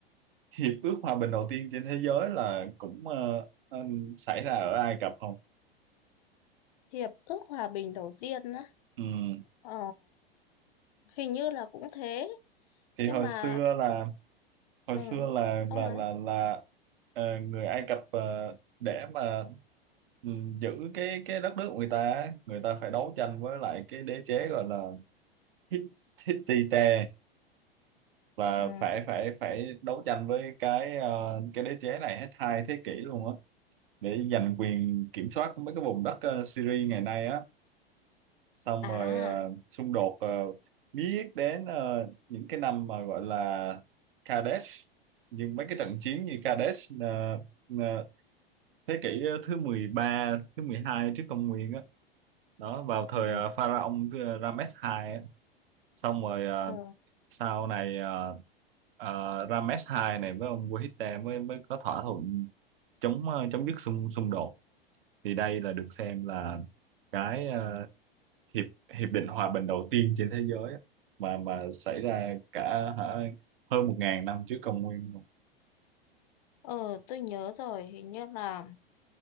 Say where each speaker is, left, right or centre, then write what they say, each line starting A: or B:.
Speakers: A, on the right; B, on the left.
A: hiệp ước hòa bình đầu tiên trên thế giới là cũng ờ, ờ, xảy ra ở Ai Cập không?
B: hiệp ước hòa bình đầu tiên đó.
A: Ừm,
B: Ờ, hình như là cũng thế
A: Thì
B: nhưng
A: hồi
B: mà
A: xưa là hồi
B: ừ,
A: xưa là
B: ông
A: là
B: nói
A: là là ờ, người Ai Cập ờ, để mà ừm, giữ cái cái đất nước của người ta á, người ta phải đấu tranh với lại cái đế chế gọi là Hit- Hittite và
B: ừ.
A: phải phải phải đấu tranh với cái ờ, cái đế chế này hết hai thế kỷ luôn á để giành quyền kiểm soát mấy cái vùng đất ờ, Syria ngày nay á xong
B: à
A: rồi ờ, xung đột ờ, biết đến ờ, những cái năm mà gọi là Kadesh nhưng mấy cái trận chiến như Kadesh ờ, ờ, thế kỷ ờ, thứ 13, thứ 12 trước công nguyên á đó vào thời
B: ừ,
A: ờ, pharaoh thứ- Rames II á xong rồi ờ,
B: ừ.
A: sau này ờ, ờ, Rames II này với ông Wahid mới mới có thỏa thuận chống ờ, chấm dứt xung xung đột thì đây là được xem là cái ờ, hiệp hiệp định hòa bình đầu tiên trên thế giới á, mà mà xảy ra cả hả, hơn một ngàn năm trước công nguyên luôn.
B: ờ tôi nhớ rồi hình như là